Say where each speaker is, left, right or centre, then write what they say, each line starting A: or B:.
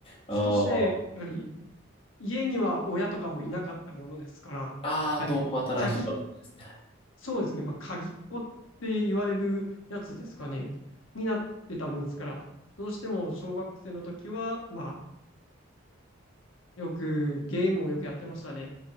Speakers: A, on the left; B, on the left.
A: あー
B: そして、やはり、家には親とかもいなかったものですから、やはり、
A: あー、共働きとかだったんですね。
B: 鍵、そうですね、まあ、鍵っ子って言われるやつですかね、になってたものですから、どうしても小学生の時は、まあ、よく、ゲームをよくやってましたね、